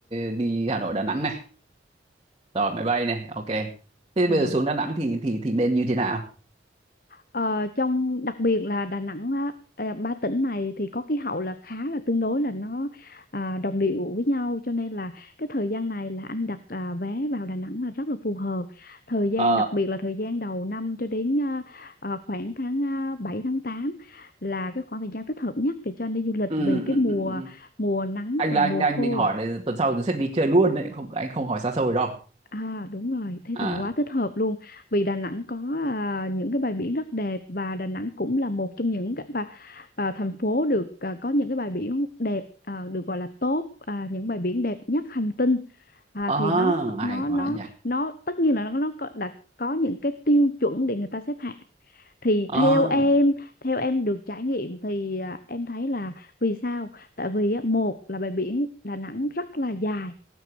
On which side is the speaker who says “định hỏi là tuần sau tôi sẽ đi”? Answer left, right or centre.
Right